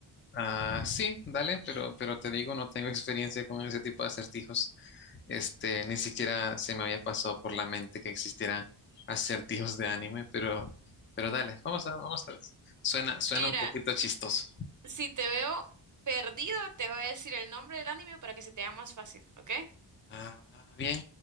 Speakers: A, on the left (about 25°); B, on the right (about 40°).
A: Ah, sí, dale, pero, pero te digo, no tengo <laughs> experiencia con ese tipo de acertijos. Este, ni siquiera se me había pasado por la mente que existieran acertijos de anime, pero, pero dale, vamos a, vamos a. Suena, suena
B: Mira,
A: un poquito chistoso.
B: si te veo perdido, te voy a decir el nombre del anime para que se te haga más fácil, ¿ok?
A: Ah, bien.